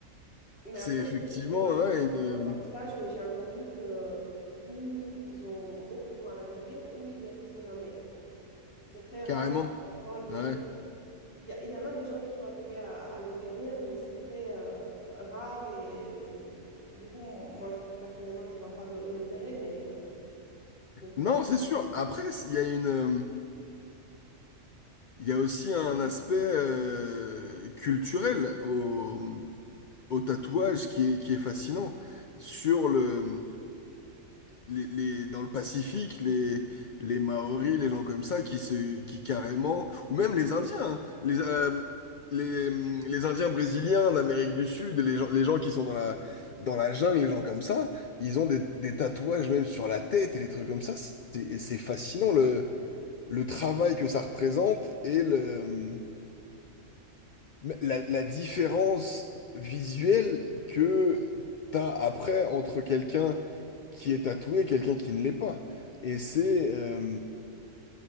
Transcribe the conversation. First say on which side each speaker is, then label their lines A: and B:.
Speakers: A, on the left; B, on the left.
A: Mais
B: C'est
A: après,
B: effectivement,
A: je n'ai pas
B: ouais,
A: de piercing
B: une,
A: dans le cartilage, mais j'ai entendu que ou ils ont beaucoup du mal à guérir, ou ils guérissent jamais. C'est très rare
B: carrément.
A: que ça soit guéri.
B: Ouais.
A: Il y, a- il y en a des gens qui sont arrivés à, à le guérir, mais c'est très euh, rare. Et euh, du coup, moi, je- personnellement, je vois pas le- l'intérêt, mais... euh, bon. bon.
B: Non, c'est sûr. Après, il y a une, euh, il y a aussi un aspect euh, culturel. au, au tatouage qui est, qui est fascinant. Sur le, les, les- dans le Pacifique, les, les Maoris, les gens comme ça, qui se, qui carrément, ou même les Indiens, hein, les, euh, les, les Indiens brésiliens d'Amérique du Sud, les gens, les gens qui sont dans la, dans la jungle, les gens comme ça, ils ont des, des tatouages même sur la tête et des trucs comme ça. C'est, et c'est fascinant le, le travail que ça représente et le, mais la, la différence visuelle que t'as après entre quelqu'un qui est tatoué et quelqu'un qui ne l'est pas. Et c'est... euh,